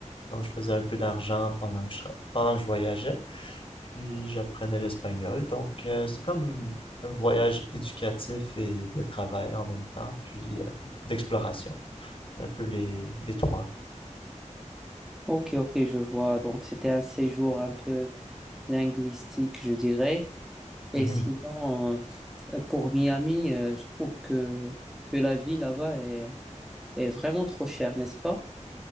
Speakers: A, on the left; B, in the centre.
A: Donc, je faisais un peu d'argent pendant que je, tra- pendant que je voyageais. Puis, j'apprenais l'espagnol. Donc, euh, c'est comme un voyage éducatif et de travail en même temps, puis euh, d'exploration. Un peu les, les trois.
B: Ok, ok, je vois. Donc c'était un séjour un peu linguistique, je dirais. Et
A: Ouais.
B: sinon, euh, pour Miami, euh, je trouve que, que la vie là-bas est, est vraiment trop chère, n'est-ce pas?